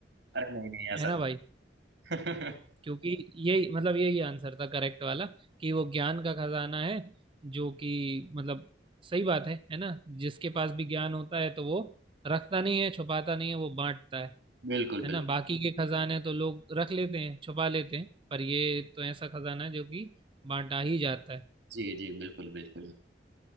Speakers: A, on the right (about 75°); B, on the right (about 30°).
A: अरे नहीं नहीं ऐसा
B: है ना भाई
A: नहीं
B: क्योंकि यही मतलब यही आंसर था करेक्ट वाला कि वो ज्ञान का खजाना है जो कि मतलब सही बात है है ना जिसके पास भी ज्ञान होता है तो वो रखता नहीं है छुपाता नहीं है वो बांटता है
A: <laughs> बिल्कुल
B: है
A: बिल्कुल
B: ना बाकी के खजाने तो लोग रख लेते हैं छुपा लेते हैं पर ये तो ऐसा खजाना है जो कि बांटा ही जाता है
A: जी जी बिल्कुल बिल्कुल